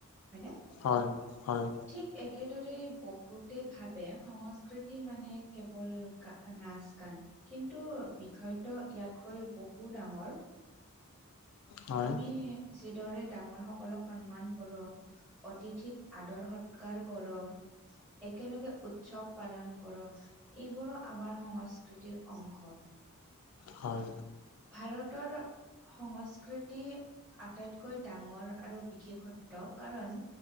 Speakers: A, in the centre; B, on the left (about 75°).
A: হয়নে।
B: হয় হয়।
A: ঠিক একেদৰে বহুতে ভাবে সংস্কৃতি মানে কেৱল নাচ গান কিন্তু বিষয়ত ইয়াতকৈ বহু ডাঙৰ
B: হয়
A: আমি যিদৰে ডাঙৰ সকলক সন্মান কৰোঁ। অতিথিক আদৰ সৎকাৰ কৰ একেলগে উৎসৱ পালন কৰ এইবোৰো আমাৰ সংস্কৃতিৰ অংশ
B: হয়।
A: ভাৰতৰ সংস্কৃতি আটাইতকৈ ডাঙৰ আৰু বিশেষত্ব কাৰণ